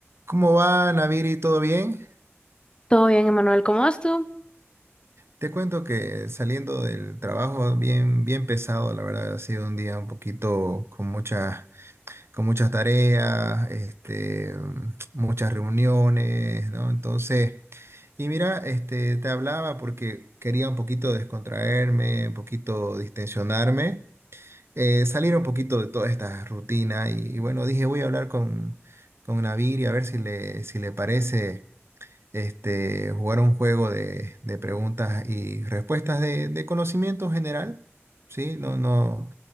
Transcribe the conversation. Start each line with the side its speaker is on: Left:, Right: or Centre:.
Right: ¿Cómo va, Naviri? ¿Todo bien?
Left: Todo bien, Emanuel, ¿cómo vas tú?
Right: Te cuento que saliendo del trabajo bien, bien pesado, la verdad, ha sido un día un poquito con muchas, con muchas tareas, este, muchas reuniones, ¿no? Entonces, y mira, este, te hablaba porque quería un poquito descontraerme, un poquito distensionarme, eh, salir un poquito de toda esta rutina y, y bueno, dije, voy a hablar con, con Naviri a ver si le, si le parece. este, jugar un juego de, de preguntas y respuestas de, de conocimiento general, ¿sí? No, no,